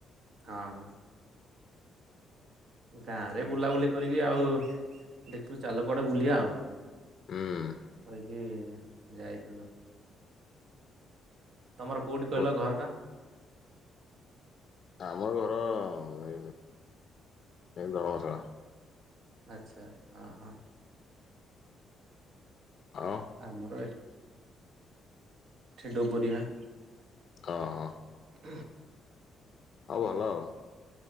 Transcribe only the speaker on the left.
ହୁଁ।
ମୋ-
ଆମ ଘର ଅ, ଏଇ ଧରମଶାଳା।
ଆଉ
ହଁ ହଁ।
ଆଉ ଭଲ ଆଉ।